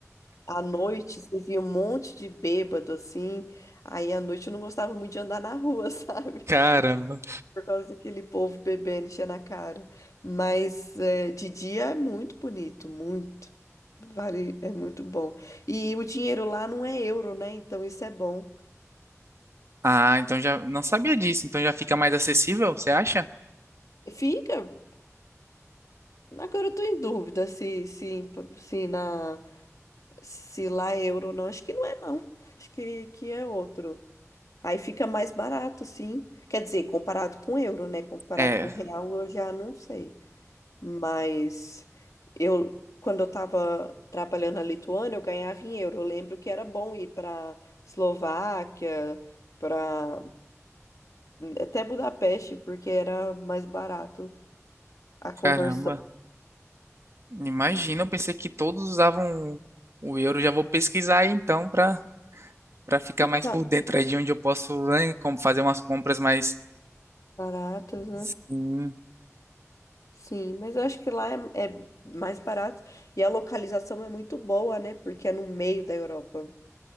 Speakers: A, on the left; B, on the right.
A: À noite, você via um monte de bêbado assim. Aí à noite eu não gostava muito de andar na rua, <laughs> sabe?
B: caramba.
A: Por causa daquele povo bebendo, enchendo a cara. Mas é, de dia é muito bonito, muito. Vale, é muito bom. E o dinheiro lá não é euro, né? Então isso é bom.
B: Ah, então já não sabia disso, então já fica mais acessível, você acha?
A: Fica. Agora eu tô em dúvida se, se, se, na, se lá é euro ou não. Acho que não é, não. Acho que, que é outro. Aí fica mais barato, sim. Quer dizer, comparado com euro, né? Comparado
B: É,
A: com real, eu já não sei. Mas eu, quando eu tava trabalhando na Lituânia, eu ganhava em euro. Eu lembro que era bom ir pra Eslováquia, pra até Budapeste, porque era mais barato. A conversão
B: caramba. Imagina, eu pensei que todos usavam o euro. Já vou pesquisar aí então para para ficar mais
A: tá
B: por dentro aí de onde eu posso, né, como fazer umas compras mais
A: baratas, né?
B: Sim,
A: Sim, mas eu acho que lá é, é mais barato e a localização é muito boa, né? Porque é no meio da Europa.